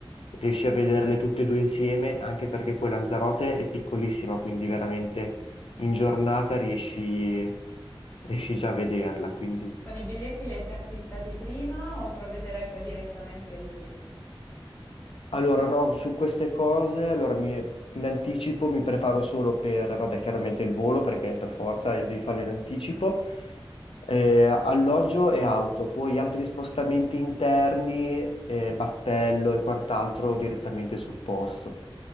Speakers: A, on the left; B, on the left.
A: riesci a vederle tutte e due insieme, anche perché poi Lanzarote è piccolissima, quindi veramente in giornata riesci, riesci già a vederla, quindi...
B: Con i biglietti li hai già acquistati prima o provvederai poi direttamente lì?
A: Allora, no, su queste cose, allora mi- in anticipo mi preparo solo per, vabbè, chiaramente il volo, perché per forza devi farlo in anticipo, eh, alloggio e auto, poi altri spostamenti interni, eh, battello e quant'altro direttamente sul posto.